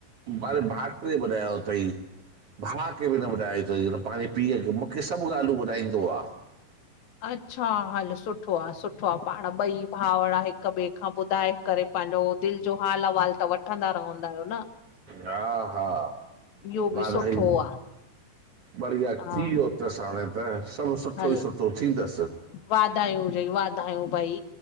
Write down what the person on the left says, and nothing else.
अच्छा हल सुठो आहे, सुठो आहे, पाण ॿई भाउर हिक ॿिए खां ॿुधाए करे, पंहिंजो दिल जो हाल अवालु त वठंदा रव्हंदा आहियो न,
इह्यो
बि सुठो आ।
हा
हल
वाधायूं हुजई वाधायूं भई